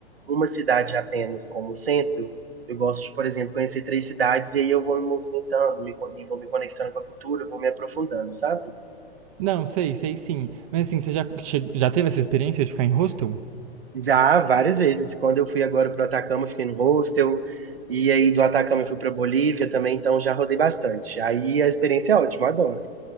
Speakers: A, on the right (about 65°); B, on the right (about 35°).
A: uma cidade apenas como centro. Eu gosto de, por exemplo, conhecer três cidades e aí eu vou me movimentando, me, co- e vou me conectando com a cultura, vou me aprofundando, sabe?
B: Não, sei, sei sim. Mas assim, você já, che- já teve essa experiência de ficar em hostel?
A: Já várias vezes. Quando eu fui agora para o Atacama, eu fiquei no hostel. E aí do Atacama eu fui para Bolívia também, então já rodei bastante. Aí a experiência é ótima, eu adoro.